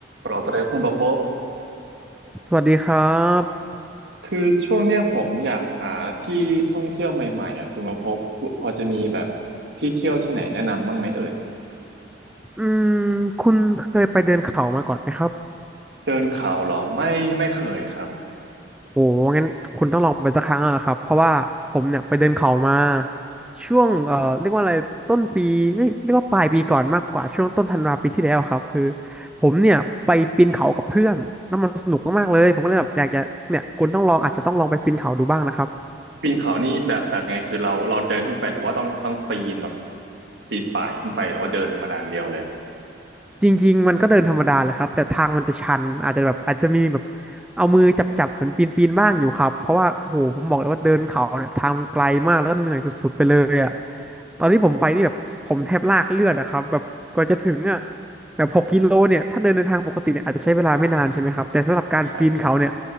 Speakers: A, on the right; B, in the centre.
A: เราจะได้คุณประภพบ
B: สวัสดีครับ
A: คือช่วงเนี้ยผมอยากหาที่ท่องเที่ยวใหม่ๆอ่ะคุณประภพบพอจะมีแบบที่เที่ยวที่ไหนแนะนำบ้างไหมเอ่ย
B: อืมคุณเคยไปเดินเขามาก่อนไหมครับ
A: เดินเขาเหรอไม่ไม่เคยครับ
B: โอ้งั้นคุณต้องลองไปสักครั้งอะครับเพราะว่าผมเนี่ยไปเดินเขามาช่วงเอ่อเรียกว่าอะไรต้นปีเอ้ยเรียกว่าปลายปีก่อนมากกว่าช่วงต้นธันวาปีที่แล้วครับคือผมเนี่ยไปปีนเขากับเพื่อนแล้วมันสนุกมากๆเลยผมก็เลยแบบอยากจะเนี่ยคุณต้องลองอาจจะต้องลองไปปีนเขาดูบ้างนะครับ
A: ปีนเขานี่แบบแบบไงคือเราเราเดินขึ้นไปหรือว่าต้องต้องปีนแบบปีนป่ายขึ้นไปหรือว่าเดินธรรมดาอย่างเดียวเลยอะ
B: จริงๆมันก็เดินธรรมดาแหละครับแต่ทางมันจะชันอาจจะแบบอาจจะมีแบบเอามือจับๆเหมือนปีนๆบ้างอยู่ครับเพราะว่าโหผมบอกเลยว่าเดินเขาเนี่ยทางมันไกลมากแล้วก็เหนื่อยสุดๆไปเลยอ่ะตอนที่ผมไปนี่แบบผมแทบลากเลือดอะครับแบบกว่าจะถึงอ่ะแบบหกกิโลเนี่ยถ้าเดินในทางปกติเนี่ยอาจจะใช้เวลาไม่นานใช่ไหมครับแต่สำหรับการปีนเขาเนี่ย
A: ใช่ใช่